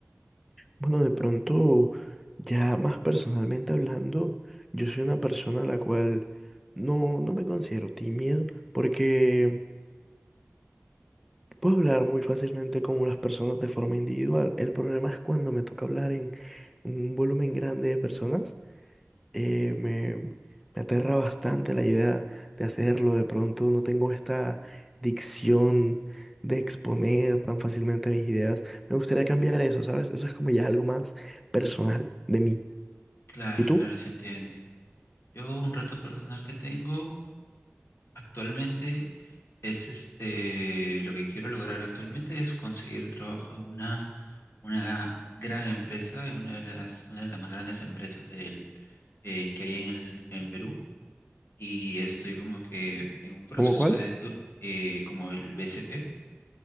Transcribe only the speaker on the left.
Claro,
claro, se entiende. Yo un reto personal que tengo actualmente es este, lo que quiero lograr actualmente es conseguir trabajo en una, una gran empresa, en una de las, una de las más grandes empresas del, eh, que hay en el, en el Perú. Y estoy como que en un proceso
de, eh, como el BCP